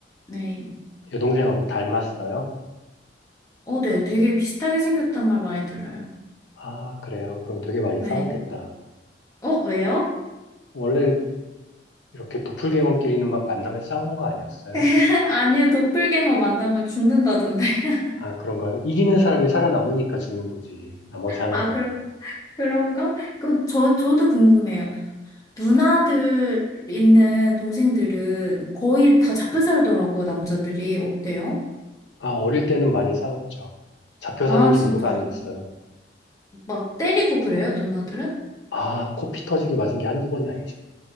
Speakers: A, on the left; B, on the left.
A: 네.
B: 여동생하고 닮았어요?
A: 어, 네. 되게 비슷하게 생겼단 말 많이 들어요.
B: 아, 그래요? 그럼 되게 많이
A: 네.
B: 싸웠겠다.
A: 어, 왜요?
B: 원래 이렇게 도플갱어끼리는 막 만나면 싸우는 거 아니었어요?
A: <laughs> 아니요. 도플갱어 만나면 죽는다던데. <laughs>
B: 아, 그런가요? 이기는 사람이 살아남으니까 죽는 거지. 나머지 하나가.
A: 아, 그런, 그런가? 그럼 저, 저도 궁금해요. 누나들 있는 동생들은 거의 다 잡혀 살더라고요, 남자들이. 어때요?
B: 아, 어릴 때는 많이 싸웠죠. 잡혀
A: 아,
B: 사는 정도가
A: 진짜.
B: 아니었어요.
A: 막 때리고 그래요, 누나들은?
B: 아, 코피 터지게 맞은 게 한두 번이 아니죠.